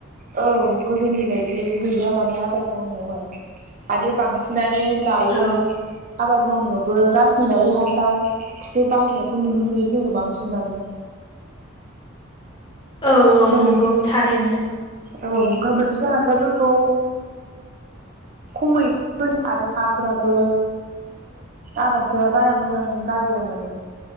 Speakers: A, on the right; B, on the left.
A: औ गोदोनि बायदि गैलिया माने आबाद मावनायावहाय आरो बांसिना- माने दायो
B: औ
A: आबाद मावनायावबो रासायनारि हासारखौसो बाहायनायखौ नुनो मोनो जोङो बांसिनानो
B: औ औ
A: गोबोर
B: नंगौ थारैनो
A: औ गोबोरखि हासारफोरखौ खमैमोन आरो हाफोराबो आबाद <unintelligible> फोर बारा मोजां जालिया माने